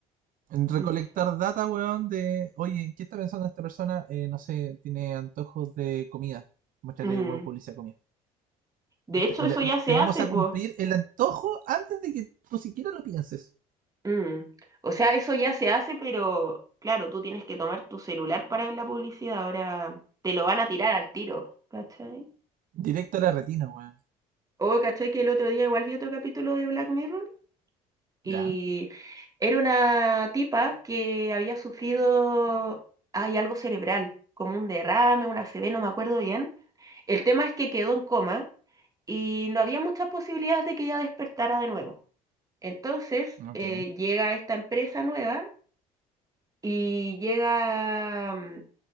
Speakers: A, on the right; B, on the right.
A: En recolectar
B: Mm.
A: data, weón, de, oye, ¿qué está pensando esta persona? Eh, no sé, tiene antojos de comida. Muéstrale,
B: Mm.
A: weón, publicidad de comida.
B: De hecho,
A: Te, le-
B: eso ya se
A: te vamos
B: hace,
A: a
B: pues.
A: cumplir el antojo antes de que tú siquiera lo pienses.
B: Mm. O sea, eso ya se hace, pero claro, tú tienes que tomar tu celular para ver la publicidad. Ahora te lo van a tirar al tiro, ¿cachai?
A: Directo a la retina, weón.
B: O, ¿cachai? Que el otro día igual vi otro capítulo de Black Mirror y
A: Ya,
B: era una tipa que había sufrido, hay algo cerebral, como un derrame, una ACV, no me acuerdo bien. El tema es que quedó en coma y no había muchas posibilidades de que ella despertara de nuevo. Entonces,
A: ok.
B: eh, llega esta empresa nueva y llega mm,